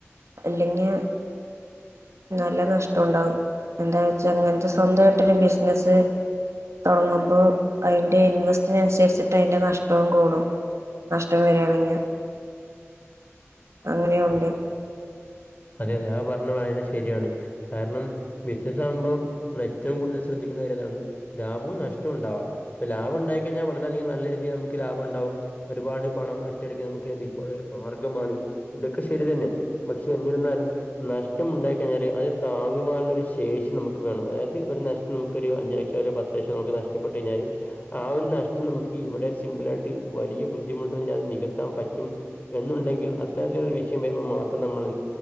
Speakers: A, on the right; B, on the left.
A: അല്ലെങ്കി നല്ല നഷ്ട്ടണ്ടാവും എന്താ വെച്ചാ അങ്ങനത്തെ സ്വന്തമായിട്ടരു ബിസിനസ്സ് തുടങ്ങുമ്പോൾ അതിൻ്റെ ഇൻവെസ്റ്റിനനുസരിച്ചിട്ട് അതിൻ്റെ നഷ്ടവും കൂടും. നഷ്ടം വരികയാണെങ അങ്ങനെയുണ്ട്
B: അതെ അതെ ആ പറഞ്ഞ ഭണങ്കര ശരിയാണ് കാരണം ബിസിനസ്സ് ആകുമ്പം ഏറ്റവും കൂടുതൽ ശ്രദ്ധിക്കണ്ട കാര്യമിതാണ് ലാഭവും നഷ്ടവും ഉണ്ടാവാം. അപ്പ ലാഭം ഉണ്ടായി കഴിഞ്ഞാൽ വളരെയധികം നല്ല രീതിയിൽ നമുക്ക് ലാഭം ഉണ്ടാവും ഒരുപാട് പണം ഒറ്റയടിക്ക് നമുക്ക് ലഭിക്കാനുള്ള ഒരു മാർഗ്ഗമാണ് ഇതൊക്കെ ശരി തന്നെ പക്ഷെ എന്നിരുന്നാലും നഷ്ടം ഉണ്ടായി കഴിഞ്ഞാൽ അത് താങ്ങുവാനുള്ള ഒരു ശേഷി നമുക്ക് വേണം അതായത് ഒരു നഷ് നമുക്കൊരു അഞ്ച് ലക്ഷം അല്ലെ പത്ത് ലക്ഷം നമുക്ക് നഷ്ടപ്പെട്ട് കഴിഞ്ഞാലും ആ ഒരു നഷ്ടം നമുക്ക് ഇവിടെ സിമ്പിളായിട്ട് വലിയ ബുദ്ധിമുട്ട്‌ല്ല്യാതെ നികത്താൻ പറ്റും എന്നുണ്ടെങ്കിൽ അത്തരത്തിൽ വിഷയം വരുമ്പോ മാത്രം നമ്മൾ